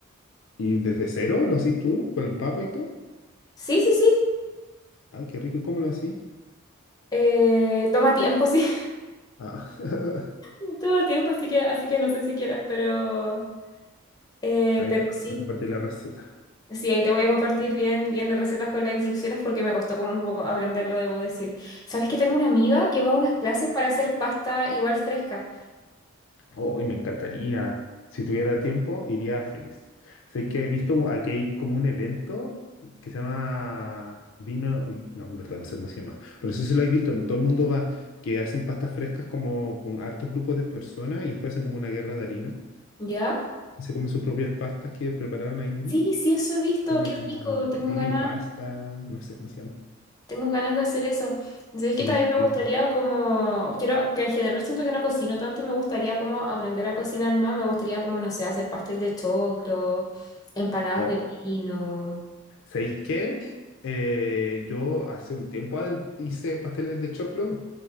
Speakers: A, on the left; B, on the left.
A: ¿Y desde cero lo haces tú? ¿Con el papa y todo?
B: Sí, sí, sí.
A: Ay, qué rico. ¿Y cómo lo haces?
B: eh, toma tiempo, sí,
A: Ah. <laughs>
B: <laughs> toma tiempo, así que, así que no sé si quieras, pero, eh,
A: Ahí
B: pero
A: me
B: sí.
A: vas a compartir la receta.
B: Sí, ahí te voy a compartir bien, bien las recetas con las instrucciones porque me costó como un poco aprenderlo, debo decir. ¿Sabes que tengo una amiga que va a unas clases para hacer pasta igual fresca?
A: Hoy me encantaría. Si tuviera tiempo, iría feliz. Sé que he visto aquí hay como un evento que se llama vino, y- no, en verdad no sé cómo se llama, pero sí se lo he visto. Todo el mundo va, que hacen pastas frescas como con hartos grupos de personas y después hacen como una guerra de harina.
B: ¿Ya?
A: Y se comen sus propias pastas que prepararon ahí mismo.
B: Sí, sí, eso he visto,
A: Se llama
B: qué
A: como
B: rico, tengo
A: vino
B: ganas,
A: y pasta, no sé cómo se llama.
B: tengo ganas de hacer eso. ¿Sabes que
A: Mm,
B: también me gustaría como, quiero, que en general siento que no cocino tanto y me gustaría como aprender a cocinar más, me gustaría como, no sé, hacer pastel de choclo, empanadas
A: mm.
B: de pino,
A: ¿Sabéis qué? Eh, yo hace un tiempo adel- hice pasteles de choclo,